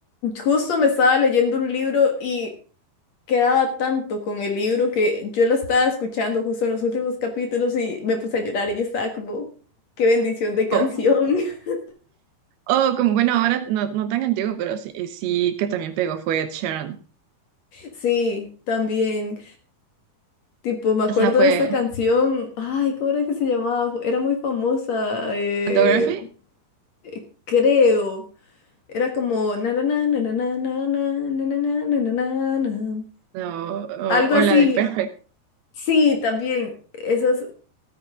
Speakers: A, on the left; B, on the right.
A: Justo me estaba leyendo un libro y quedaba tanto con el libro que yo lo estaba escuchando justo en los últimos capítulos y me puse a llorar y yo estaba como, qué bendición de canción.
B: O
A: <laughs>
B: o como, bueno, ahora no, no tan antiguo, pero sí, sí que también pegó fue Ed Sheeran.
A: Sí, también. Tipo, me acuerdo
B: O sea, fue
A: de esta canción. Ay, ¿cómo era que se llamaba? Fu- Era muy famosa, eh,
B: Photography
A: eh, creo. Era como na na na na na na na na na na na na na na na.
B: no, o,
A: Algo
B: o
A: así.
B: la de Perfect.
A: Sí, también. Esa es